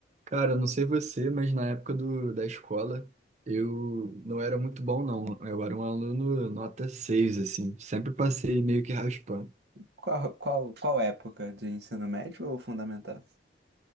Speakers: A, on the right; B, on the right.
A: Cara, eu não sei você, mas na época do, da escola eu não era muito bom, não. Eu era um aluno nota 6 assim. Sempre passei meio que raspando.
B: Qual, qual, qual época de ensino médio ou fundamental?